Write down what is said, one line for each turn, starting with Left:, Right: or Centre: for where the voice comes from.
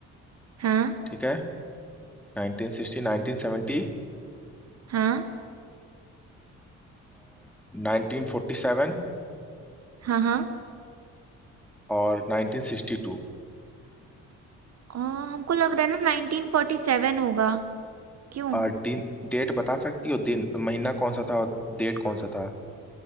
Right: हाँ
Centre: ठीक है nineteen sixty nineteen seventy
Right: हाँ
Centre: nineteen forty seven
Right: हाँ हाँ
Centre: और नाइनटीन सिक्सटी टू।
Right: आ, हमको लग रहा है ना 1947 होगा क्यों
Centre: आ, दिन डेट बता सकती हो दिन महीना कौन सा था और डेट कौन सा था